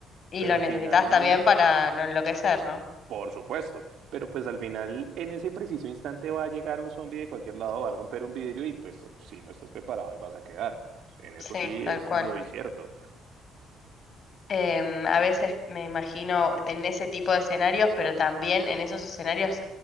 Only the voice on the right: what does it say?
pero
al
final,
por supuesto, pero pues al final en ese preciso instante va a llegar un zombie de cualquier lado, va a romper un vidrio y pues si no estás preparado ahí vas a quedar. En eso
sí
es
muy cierto.